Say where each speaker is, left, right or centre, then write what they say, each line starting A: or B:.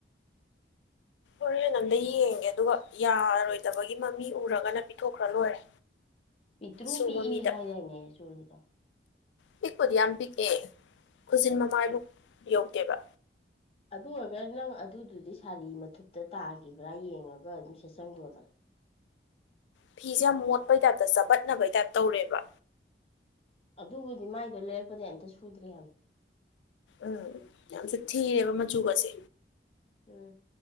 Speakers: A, on the left; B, on the left.
A: ꯍꯣꯔꯦꯟ ꯑꯝꯗ ꯌꯦꯡꯒꯦ ꯑꯗꯨꯒ ꯌꯥꯔꯣꯏꯗꯕꯒꯤ ꯃꯃꯤ ꯎꯔꯒꯅ ꯄꯤꯊꯣꯛꯈ꯭ꯔ ꯂꯣꯏꯔꯦ
B: ꯄꯤꯇ꯭ꯔꯨ
A: ꯁꯨꯕ
B: ꯄꯤꯛꯏ
A: ꯃꯤꯗ
B: ꯍꯥꯏ ꯌꯥꯏꯗꯥꯏꯅꯦ ꯆꯨꯔꯤꯗꯣ
A: ꯄꯤꯛꯄꯨꯗꯤ ꯌꯥꯝ ꯄꯤꯛꯑꯦ ꯈꯨꯖꯤꯟ ꯃꯃꯥꯏꯕꯨꯛ ꯌꯧꯗꯦꯕ
B: ꯑꯗꯨ ꯑꯣꯏꯔꯒ ꯅꯪ ꯑꯗꯨꯗꯨꯗꯤ ꯁꯥꯔꯤ ꯃꯊꯨꯞꯇ ꯇꯥꯒꯤꯕ꯭ꯔꯥ ꯌꯦꯡꯉꯒ ꯑꯗꯨꯝ ꯁꯦꯠꯆꯟꯈ꯭ꯔꯣꯗꯅ <inaudible>
A: ꯐꯤꯁꯦ ꯌꯥꯝ ꯃꯣꯠꯄꯩ ꯇꯥꯏꯞꯇ ꯆꯥꯕꯠꯅꯕꯩ ꯇꯥꯏꯞ ꯇꯧꯔꯦꯕ
B: ꯑꯗꯨꯕꯨꯗꯤ ꯃꯥꯏꯗꯣ ꯂꯩꯔꯛꯄꯗꯩ ꯑꯝꯇ ꯁꯨꯗ꯭ꯔꯤ ꯍꯥꯏꯝꯕꯅꯤ
A: ꯎꯝ ꯌꯥꯝꯁꯨ ꯊꯤꯔꯦꯕ ꯃꯆꯨꯒꯁꯦ
B: ꯎꯝ